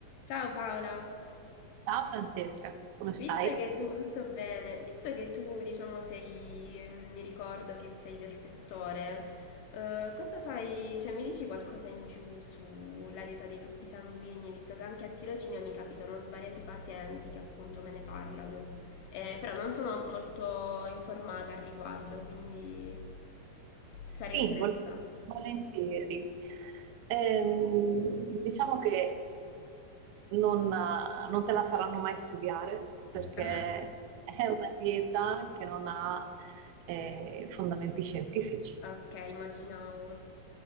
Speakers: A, on the left; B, on the right.
A: Ciao Paola,
B: Ciao Francesca, come stai?
A: visto che tu tutto bene, visto che tu diciamo sei, mi ricordo che sei del settore, eh, cosa sai, cioè mi dici qualcosa in più sulla dieta dei gruppi sanguigni, visto che anche a tirocinio mi capitano svariati pazienti che appunto me ne parlano, Eh, però non sono molto informata al riguardo, quindi
B: Sì,
A: sarei interessata.
B: vol- volentieri. Ehm, diciamo che non, eh, non te la faranno mai studiare perché
A: <laughs>
B: è una dieta che non ha eh, fondamenti scientifici.
A: Ah, ok, immaginavo,